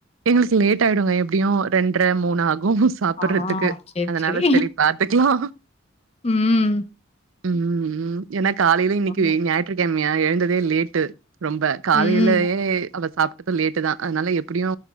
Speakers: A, on the right; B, on the left.
A: ல்ஸ் லேட் ஆயிடுங்க எப்டியு ரெண்ட்ர மூணு ஆகூ சாப்புர்றதுக்கு
B: ஆ சேரி
A: அதனால
B: சேரி
A: செரி பாத் த்துக்லா
B: ம்
A: ம் ம் ஏன்னா காலையிலு இன்னிக்கு
B: ஆமா.
A: ஞாயிற்றுக்கமையா எழுந்ததே லேட்டு ரொம்ப காலையிலயே
B: ம்
A: அவ சாப்ட்டது லேட்டு தா அத்னால எப்டியு